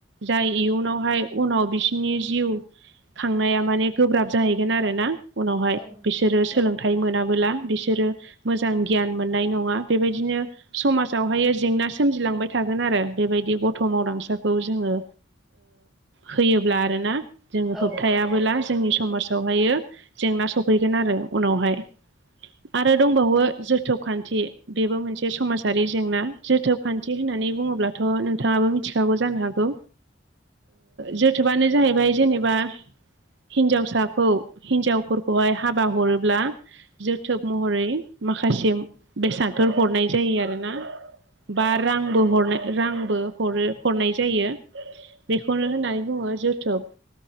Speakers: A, on the right; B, in the centre.
A: जाय इयुनावहाय उनाव बिसोरनि जिउ खांनाया माने गोब्राब जाहैगोन आरोना उनावहाय
B: औ
A: बिसोरो
B: औ
A: सोलोंथाइ मोनाबोला। बिसोरो मोजां गियान मोननाय नङा बेबायदिनो समाजावहाय जेंना सोमजिलांबाय थागोन आरो। बेबायदि गथ' मावदांसाखौ जोङो होयोब्ला आरोना। जोङो
B: औ
A: होबथायाबोला जोंनि समाजावहायो जेंना सफैगोन आरो उनावहाय। आरो दंबावो जोथोब खान्थि बेबो मोनसे समाजारि जेंना जोथोब खान्थि होना बुङोब्ला थ' नोंथाङाबो मिथिखागौ जानो हागौ जोथोबानो जाहैबाय जेने बा हिनजावसा खौ हिनजावफोरखौहाय हाबा हरोब्ला जोथोब महरै माखासे बेसादफोर हरनाय जायो आरोना बा
B: औ
A: रांबो हरनाय रांबो हरो हरनाय जायो बेखौनो होननानै बुङो जोथोब।